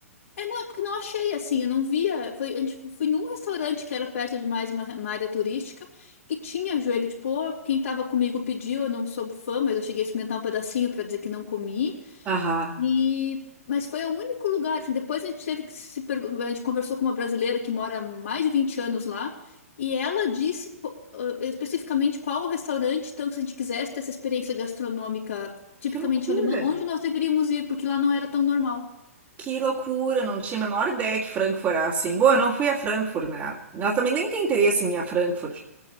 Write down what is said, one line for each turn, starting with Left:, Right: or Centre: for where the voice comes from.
Left: É, não, é porque não achei assim. Eu não via. Foi, a gente foi num restaurante que era perto de mais uma, uma área turística que tinha joelho de porco. Quem estava comigo pediu. Eu não sou fã, mas eu cheguei a experimentar um pedacinho para dizer que não comi.
Right: Aham.
Left: E, mas foi o único lugar. assim, depois a gente teve que se pergu- a gente conversou com uma brasileira que mora há mais de 20 anos lá, e ela disse co- eh, especificamente qual o restaurante, então, que se a gente quisesse ter essa experiência gastronômica tipicamente
Right: Que loucura!
Left: alemã, onde nós deveríamos ir, porque lá não era tão normal.
Right: Que loucura! Não tinha a menor ideia que Frankfurt era assim. Bom, eu não fui a Frankfurt, né? Nós também nem tem interesse em ir a Frankfurt,